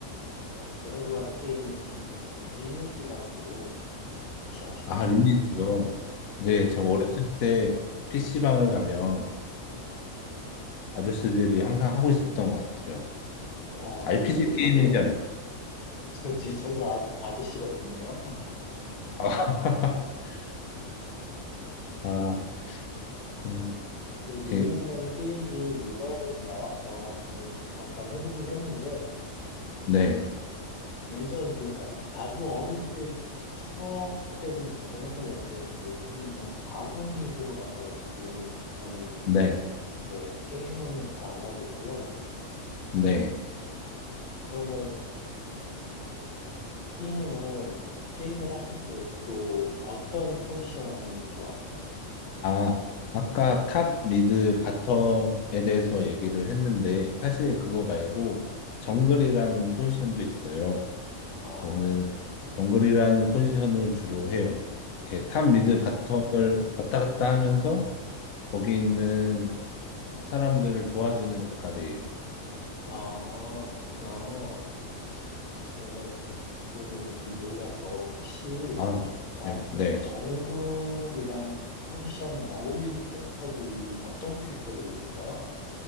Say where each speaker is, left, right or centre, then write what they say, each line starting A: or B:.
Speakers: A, on the left; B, on the left.
A: 어, 제가 좋아하는 게임은 리니지라고 혹시 아시나요?
B: 아, 리니지요. 네,
A: 예,
B: 제가 어렸을 때 PC방을 가면 아저씨들이 항상 하고 있었던 것 같아요.
A: 어,
B: RPG
A: 졸지에
B: 게임이지
A: 저도,
B: 않나요?
A: 졸지에 <laughs> 저도 아, 아저씨가 됐네요. <laughs>
B: 아, <laughs> 아, 그,
A: 그리고 리니지라는
B: 게-
A: 게임이 모바일로도 나와서 저는 이제 잠깐 해보긴 했는데,
B: 네,
A: 어, 예전, 그러니까 아주 어릴 때 추억 때문에 잠깐 했던 것 같아요. 근데 요즘은 너무 과금 유도가 많아가지고, 저는,
B: 네,
A: 네, 게임은 잘 안 하고 있고요.
B: 네.
A: 그러면 B님은 게임을 하실 때 주로 어떤 포지션을 좋아하세요?
B: 아, 아까 탑, 미드, 바텀에 대해서 얘기를 했는데 사실 그거 말고 정글이라는 포지션도 있어요.
A: 아,
B: 저는 정글이라는 포지션을 주로 해요. 이렇게 탑
A: 아,
B: 미드 바텀을 왔다 갔다 하면서 거기 있는 사람들을 도와주는 역할이에요.
A: 아, 그렇구나. 제가 좀 그쪽에는 좀 몰라서 혹시
B: 아,
A: 어,
B: 여-
A: 그
B: 네.
A: 정글이라는 그 포지션에 어울리는 캐릭터들이 어떤 캐릭터들이 있을까요?